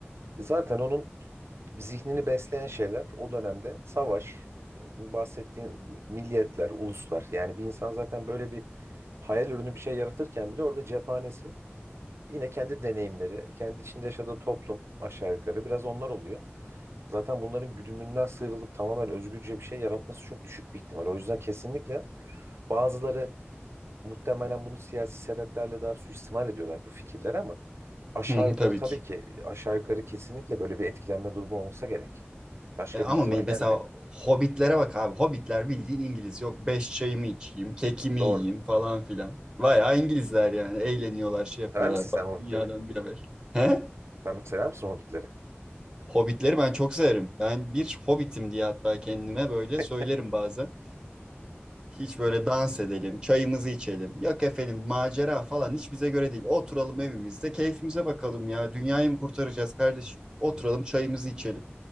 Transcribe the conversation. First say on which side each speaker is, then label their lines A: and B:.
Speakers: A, on the right; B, on the right.
A: Zaten onun zihnini besleyen şeyler o dönemde savaş, e, bu bahsettiğin milliyetler, uluslar. Yani bir insan zaten böyle bir hayal ürünü bir şey yaratırken bile orada cephanesi yine kendi deneyimleri, kendi içinde yaşadığı toplum aşağı yukarı biraz onlar oluyor. Zaten bunların güdümünden sıyrılıp tamamen özgürce bir şey yaratması çok düşük bir ihtimal. O yüzden kesinlikle bazıları muhtemelen bunu siyasi sebeplerle daha suistimal ediyorlar bu fikirleri ama Aşağı
B: Hı hı,
A: yukarı
B: tabii
A: tabii
B: ki.
A: ki aşağı yukarı kesinlikle böyle bir etkilenme durumu olsa gerek. Başka
B: E, ama
A: bir ihtimal
B: me- mesela
A: gelmiyor.
B: Hobbitlere bak abi. Hobbitler bildiğin İngiliz. Yok beş çayımı içeyim, kekimi
A: Doğru.
B: yiyeyim falan filan. Bayağı İngilizler yani. Eğleniyorlar, şey
A: Sever
B: yapıyorlar
A: misin
B: falan.
A: sen Hobbitleri?
B: Dünyadan bir haber. He?
A: Sen sever misin Hobbitleri?
B: Hobbitleri ben çok severim. Ben bir Hobbit'im diye hatta kendime böyle
A: <laughs>
B: söylerim bazen. Hiç böyle dans edelim, çayımızı içelim. Yok efendim macera falan hiç bize göre değil. Oturalım evimizde, keyfimize bakalım ya. Dünyayı mı kurtaracağız kardeşim? Oturalım çayımızı içelim.